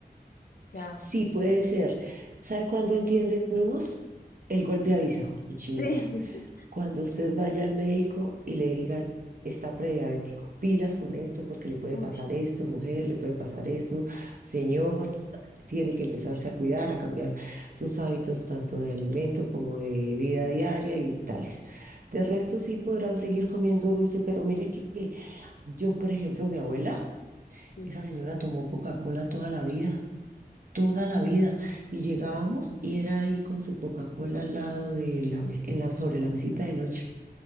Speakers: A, on the left; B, on the right.
A: O sea,
B: Sí, puede ser. ¿Sabe cuándo entienden unos? El golpe avisa, mi chinita.
A: sí, <laughs>
B: Cuando usted vaya al médico y le digan, está prediabético, pilas con esto porque le puede
A: uy,
B: pasar esto, mujer, le puede pasar esto, señor, tiene que empezarse a cuidar, a cambiar sus hábitos tanto de alimento como de vida diaria y tales. De resto sí podrán seguir comiendo dulce, pero mire que yo, por ejemplo, mi abuela,
A: sí,
B: esa señora tomó Coca-Cola toda la vida. toda la vida y llegábamos y era ahí con su Coca-Cola al lado de la mes- en la sobre la mesita de noche